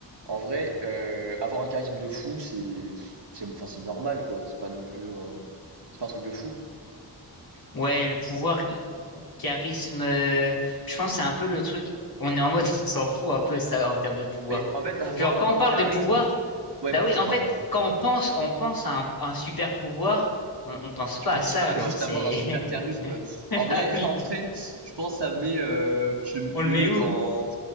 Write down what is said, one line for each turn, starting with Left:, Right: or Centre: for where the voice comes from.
Right: En vrai, heu, avoir un charisme de fou, c'est c'est enfin, c'est normal, quoi. C'est pas non plus un c'est pas un truc de fou.
Left: Ouais, le pouvoir, charisme, euh, je pense que c'est un peu le truc. On est en mode, <laughs> on s'en fout un peu ça en termes de pouvoir.
Right: Mais en fait, avoir
Left: Genre,
Right: un
Left: quand
Right: bon
Left: on parle
Right: charisme,
Left: de pouvoir,
Right: ouais,
Left: bah oui,
Right: c'est
Left: en
Right: pas
Left: fait,
Right: un pou
Left: quand on pense, on pense à un, un super pouvoir, on, on pense pas
Right: je pense
Left: à ça,
Right: pas à
Left: genre,
Right: juste
Left: c'est.
Right: avoir un super
Left: <laughs>
Right: charisme, en vrai
Left: Ah oui,
Right: <laughs> en vrai, je pense ça met, heu, tu mets-le
Left: on le met où?
Right: dans